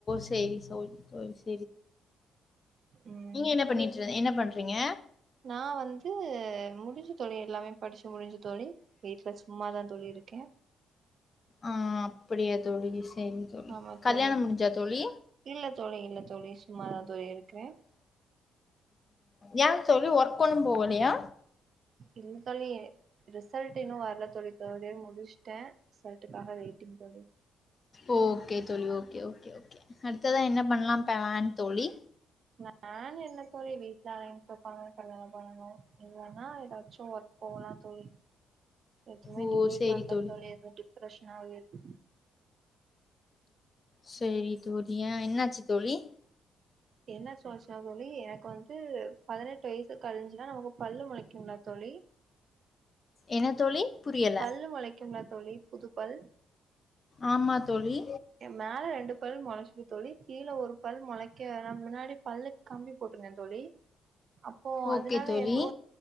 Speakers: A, on the left; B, on the right.
A: செரி செரி செரி
B: ம்
A: என்ன பண்ணிட்டு இருந்த- என்ன பண்றீங்க
B: நான் வந்து முடிஞ்சி தோழி எல்லாமே படிச்சு முடிஞ்சி தோழி வீட்ல சும்மாதான் தோழி இருக் கே
A: ஆ அப்படியா தோழி சரித் தோழி
B: ஆமா
A: கல்யாணம்
B: தோழி
A: முடிஞ்சா தோழி
B: இல்ல தோழி இல்ல தோழி சும்மாதா தோழி இருக்கே
A: ஏ தோழி ஒர் <unintelligible> போவலையா
B: இல்ல தோழி ரிசல் ரிசல்ட் இன்னு வரல தோழி தேட்இயர் முடிச்சிட்டே சட்டுகாக வெயிட்டிங் தோழி
A: ஓகே தோழி ஓகே ஓகே ஓகே அடுத்ததா என்ன பண்ணலா பண்ணலா தோழி
B: நா என்ன தோழி வீட்ல அலைன்ஸ் பாப்பாங்க கல்யாணம் பண்ணணு இல்லனா எதாச்சு ஒர்க் போலா தோழி எதுவு
A: ஓ
B: <unintelligible>
A: சேரி தோழி
B: எதோ டிப்ரெஷ்னாவே இருக்கு
A: செரி தோழி ஏ என்னாச்சு தோழி
B: என்ன <unintelligible> தோழி எனக் வந்து பதனெட் வய்சு கழிஞ்சுதா நமக்கு பல்லு முளைக்குன்ல தோழி
A: என்ன தோழி புரியல
B: பல்லு முளைக்குங்ல தோழி புதுப்பல்
A: ஆமா தோழி
B: எ மேல ரெண்டு பல் மொளச்சிது தோழி கீழ ஒரு பல் மொளைக்க ந முன்னாடி பல்லுக் கம்பி போட்ருந்த தோழி அப்போ
A: ஓகே
B: அதனால
A: தோழி
B: எதோ